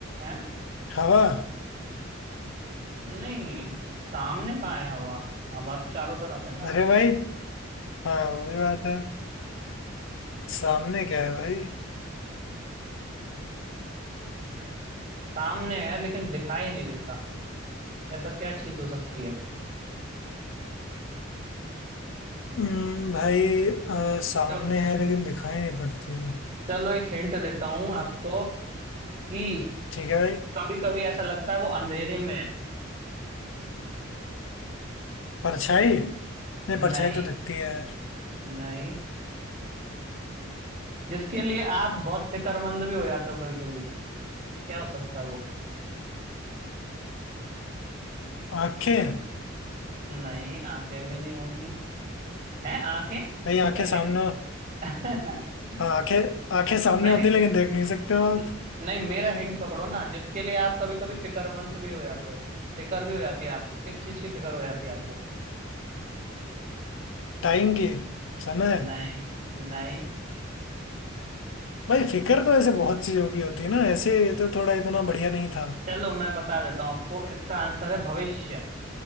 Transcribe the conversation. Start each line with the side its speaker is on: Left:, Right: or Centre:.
Right: है
Left: हवा
Right: नहीं सामने कहाँ है हवा हवा तो चारों तरफ है ना
Left: अरे भाई हाँ वो भी बात है सामने क्या है भाई
Right: सामने है लेकिन दिखाई नहीं देता ऐसा क्या चीज हो सकती है
Left: हम्म, भाई अ, सामने
Right: जो
Left: है लेकिन दिखाई नहीं पड़ती
Right: चलो एक हिंट देता हूँ
Left: अ,
Right: आपको कि
Left: ठीक है भाई
Right: कभी कभी ऐसा लगता है वो अंधेरे में है
Left: परछाई नहीं
Right: नहीं
Left: परछाई तो दिखती है यार
Right: नहीं जिसके लिए आप बहुत फिक्रमंद भी हो जाते हो कभी कभी क्या हो सकता है वो
Left: आंखें
Right: नहीं आंखें भी नहीं होंगी हैं आंखें क्या
Left: भाई आंखें सामने हो-
Right: <laughs>
Left: हाँ आंखें आंखें सामने
Right: नहीं
Left: होती है लेकिन देख नहीं सकते हो आप
Right: न- नहीं मेरा हिंट पकड़ो ना जिसके लिए आप कभी कभी फिक्रमंद भी हो जाते हो फिकर भी हो जाती है आपको किस चीज की फिक्र हो जाती है आपको
Left: टाइम की समय
Right: नहीं नहीं
Left: भाई फिक्र तो ऐसे बहुत चीजों की होती है ना ऐसे ये तो थोड़ा इतना बढ़िया नहीं था
Right: चलो मैं बता देता हूँ आपको इसका आंसर है भविष्य